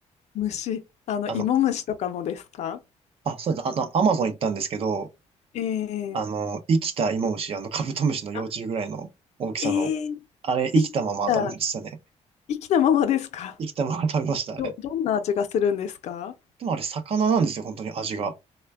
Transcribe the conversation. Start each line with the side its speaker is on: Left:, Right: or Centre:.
Left: 虫、あの、
Right: あの、
Left: 芋虫とかもですか
Right: あ、そうです。あの、アマゾン行ったんですけど、
Left: ええ
Right: あの、生きたイモムシあの、カブトムシの幼虫ぐらいの大きさの、
Left: あ、ええ
Right: あれ、生きたまま食べましたね。
Left: 生きた、生きたままですか
Right: 生きたまま食べました、あれ。
Left: ど、どんな味がするんですか
Right: でもあれ、魚なんですよ、本当に味が。